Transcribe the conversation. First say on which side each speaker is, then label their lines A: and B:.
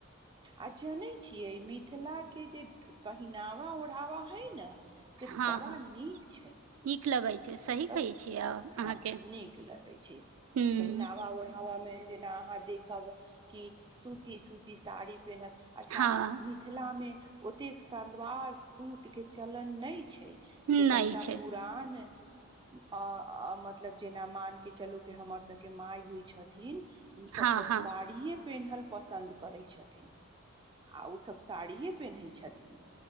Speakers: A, on the right; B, on the right.
A: आ जनै छियै मिथिलाके जे पहिनावा ओढ़ावा हइ ने से
B: हँ
A: बड़ा
B: हँ
A: नीक छै
B: नीक लगै छै सही
A: मतलब
B: कहै छियै
A: हँ
B: अहाँके
A: नीक लगै छै
B: हूँ
A: पहिनावा ओढ़ावामे जेना अहाँ देखब की सूती सूती साड़ी पेहनत अच्छा
B: हँ
A: मिथिलामे ओतेक सलवार सूट के चलन नहि छै जे
B: नहि
A: तनिका
B: छै
A: पुरान अ अ मतलब जेना मानिके चलू कि हमर सभके माय होइ छथिन ओसभ
B: हँ
A: तऽ
B: हँ
A: साड़िये पेन्हल पसन्द करैत छथिन आ ओसभ साड़िए पहिनै छथिन